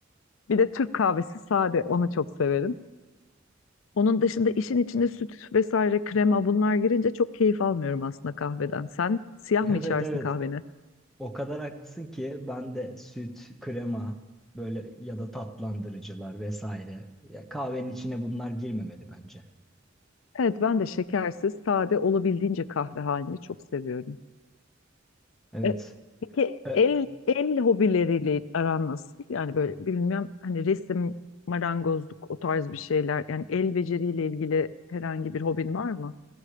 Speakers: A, on the left; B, in the centre.
A: Bir de Türk kahvesi sade onu çok severim. Onun dışında işin içinde süt vesaire krema bunlar girince çok keyif almıyorum aslında kahveden. Sen siyah
B: Evet
A: mı içersin
B: evet.
A: kahveni?
B: O kadar haklısın ki ben de süt, krema böyle ya da tatlandırıcılar vesaire. Ya kahvenin içine bunlar girmemeli bence.
A: Evet ben de şekersiz sade olabildiğince kahve halini çok seviyorum.
B: Evet.
A: E, Peki
B: E,
A: el el hobileriyle aran nasıl? Yani böyle bilmem hani resim, marangozluk o tarz bir şeyler. Yani el beceriyle ilgili herhangi bir hobin var mı?